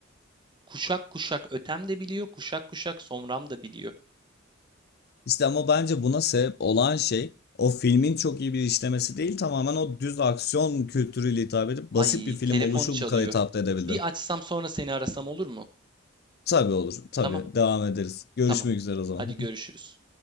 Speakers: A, on the right; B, on the left.
A: Kuşak kuşak ötem de biliyor, kuşak kuşak somram da biliyor.
B: İşte ama bence buna sebep olan şey o filmin çok iyi bir işlemesi değil tamamen o düz aksiyon kültürüyle hitap edip basit
A: Ay,
B: bir film
A: telefon
B: oluşu
A: çalıyor.
B: bu kadar hitap edebildi.
A: Bir açsam sonra seni arasam olur mu?
B: Tabii olur. Tabii
A: Tamam,
B: devam ederiz. Görüşmek
A: tamam.
B: üzere o zaman.
A: Hadi görüşürüz.